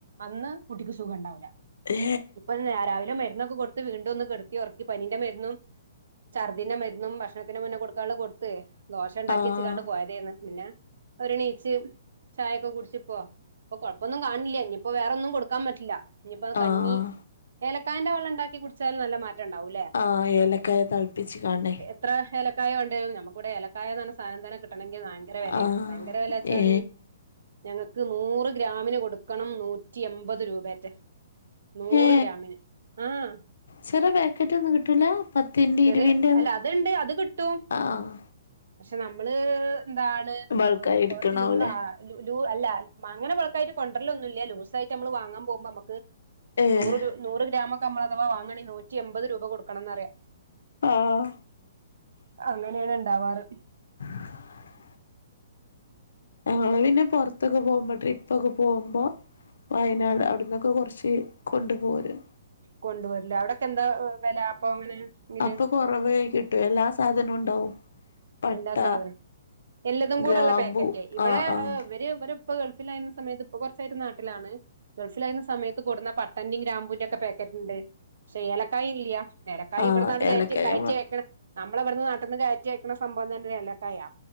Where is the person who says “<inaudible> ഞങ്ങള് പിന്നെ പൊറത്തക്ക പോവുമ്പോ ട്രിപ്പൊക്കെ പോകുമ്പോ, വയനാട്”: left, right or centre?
Left